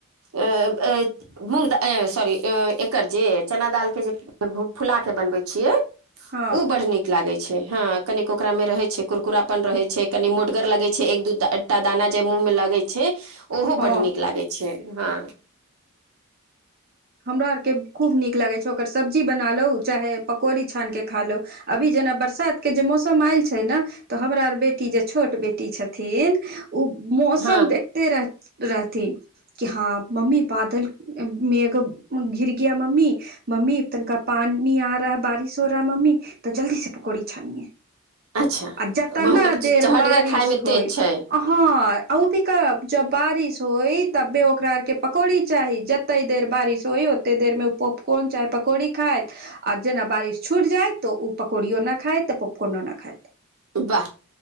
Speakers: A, on the right; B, on the right.
A: आ ए मुंगदा आ सॉरी। एकर जे चना दाल के जे फूला के बनवे छीये
B: हँ
A: उ बड़ नीक लागे छै हँ कनिक ओकरा मे रहे छै कुरकुरापन रहे छै कनि मोटगर लगे छै एक दू कुटा दाना जे मुँह मे लगै छै ओहो
B: हँ
A: बड्ड नीक लागै छै हँ।
B: हमरा आरके खूब नीक लागै छै ओकर सब्जी बना लो चाहे पकौड़ी छानि कऽ खा लो। अभी जेना बरसातके जे मौसम आयल छै ने। तऽ हमरा आर बेटी जे छोट बेटी छथिन, ओ मौसम
A: हँ
B: देख। ते रह, रहथिन कि हँ मम्मी बादल में एगो। घिरगिया मम्मी। मम्मी तनिका पानी आ रहा बारिश हो रहा मम्मी, तऽ जल्दी से पकौड़ी छानिय।
A: अच्छा
B: आ जतना
A: मतलब
B: देर
A: चहटगर
B: बारिश
A: खायमे
B: होइ।
A: तेज छै
B: हऽ ऊ भी कब जब बारिश होई तबे ओकरा आर के पकौड़ी चाही, जते देर बारिश। होए, ओते देर में ओ पोप कोन चाहे पकोड़ी खाइत। आ जेना बारिश छूटि जाइ तऽ ओ पकोड़ी नहि खायत पोपकनो नहि खायत।
A: वाह